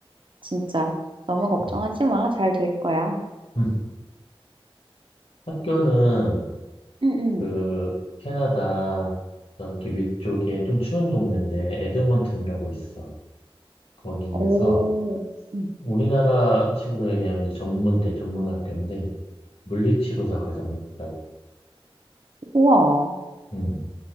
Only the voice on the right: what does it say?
진짜. 너무 걱정하지
마. 잘 될 거야.
음, 음.
오, 응응응.
우와.